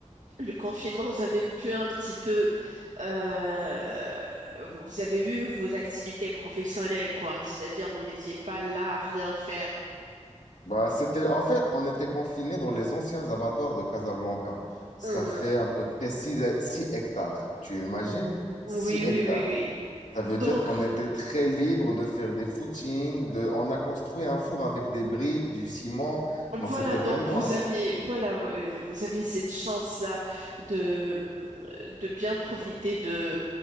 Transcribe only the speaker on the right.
Le confinement, vous avez pu un petit peu, euh, vous avez eu vos activités professionnelles, quoi. C'est-à-dire, vous n'étiez pas là à rien faire.
Mhm.
Oui,
oui, oui, oui.
Donc,
voilà,
donc
vous aviez, voilà, euh, vous aviez cette chance-là de, de bien profiter de,